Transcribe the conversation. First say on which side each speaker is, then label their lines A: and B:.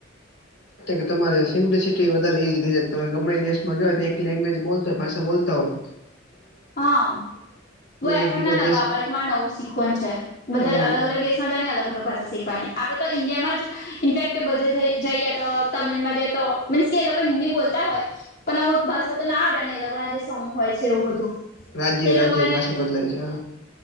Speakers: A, on the left (about 65°); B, on the left (about 50°).
A: કે તમારે સિમ્પ્લિસિટી વધારે ઈઝી થઈ જાય તમે ગમે દેશ માં જો એક લેંગ્વેજ બોલ ભાષા બોલતા હોત
B: હા બ એફર્ટ
A: એક બીજા
B: ના લગાવ
A: દેશ
B: પડે કે મારે નવું શીખવાનું છે બધા
A: હમ
B: અલગ અલગ દેશ ને અલગ અલગ ભાષા શીખવાની આપડે તો ઇન્ડિયામાં જ ઇનફેક્ટ બધે જઈએ તો તમિલમાં જ તો મીન્સ કે એ લોકો હિન્દી બોલતા હોય પણ અમુક ભાષા તો ના આવડે ને એ લોકો ના જે સોંગ હોય છે એવું બધું
A: રાજ્ય
B: તે
A: રાજ્ય
B: લોકોએ
A: ભાષા બદલાય છે.